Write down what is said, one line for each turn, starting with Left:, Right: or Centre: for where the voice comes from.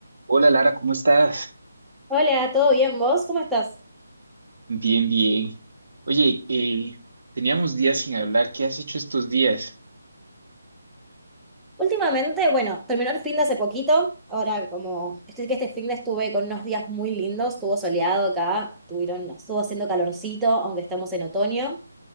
Right: Hola Lara, ¿cómo estás?
Centre: Hola, ¿todo bien vos? ¿Cómo estás?
Right: Bien, bien. Oye, eh, teníamos días sin hablar. ¿Qué has hecho estos días?
Centre: Últimamente, bueno, terminó el fin de hace poquito. Ahora, como estoy que este fin de estuve con unos días muy lindos, estuvo soleado acá, tuvieron, estuvo haciendo calorcito, aunque estamos en otoño.